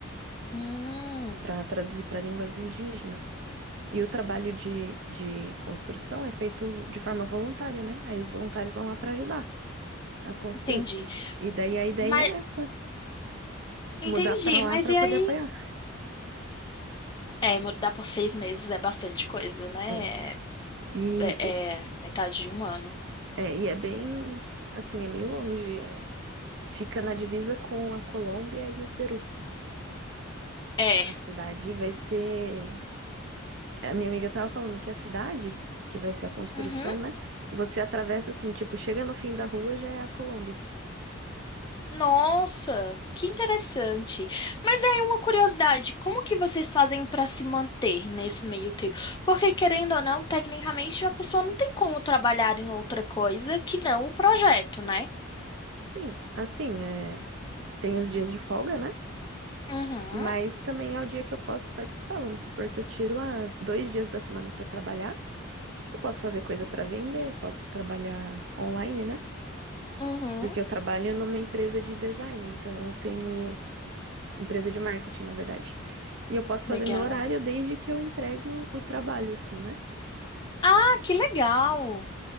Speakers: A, on the left; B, on the right.
A: Hum,
B: Para traduzir para línguas indígenas. E o trabalho de, de construção é feito de forma voluntária, né? Aí os voluntários vão lá para ajudar a construir.
A: entendi.
B: E daí a ideia
A: Mas
B: é essa,
A: entendi,
B: mudar para lá
A: mas
B: para
A: e
B: poder
A: aí?
B: apoiar.
A: É, mudar por seis meses é bastante coisa, né?
B: É.
A: É,
B: E,
A: é-
B: e-
A: é metade de um ano.
B: é, e é bem, assim, é meio longe. é. Fica na divisa com a Colômbia e o Peru.
A: É.
B: A a cidade vai ser A minha amiga tava falando que a cidade, que vai ser a construção,
A: Uhum.
B: né? Você atravessa assim, tipo, chega no fim da rua, já é a Colômbia.
A: Nossa, que interessante. Mas aí uma curiosidade, como que vocês fazem para se manter nesse meio tempo? Porque querendo ou não, tecnicamente a pessoa não tem como trabalhar em outra coisa que não o projeto, né?
B: Sim, assim, é... tem os dias de folga, né?
A: Uhum.
B: Mas também é o dia que eu posso participar. Vamos supor que eu tiro ah, dois dias da semana para trabalhar. Eu posso fazer coisa para vender, posso trabalhar online, né?
A: Uhum.
B: Porque eu trabalho numa empresa de design, então eu tenho empresa de marketing, na verdade. E eu posso
A: Legal.
B: fazer meu horário desde que eu entregue o, o trabalho, assim, né?
A: Ah, que legal.